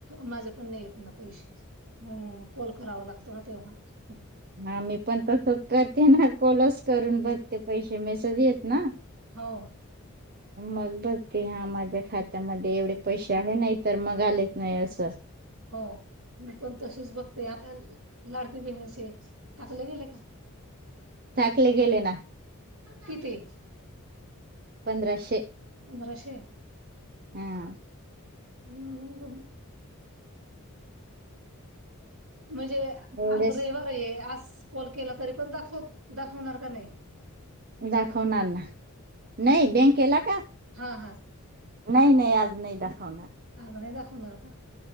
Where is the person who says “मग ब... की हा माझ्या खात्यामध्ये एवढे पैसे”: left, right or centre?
Right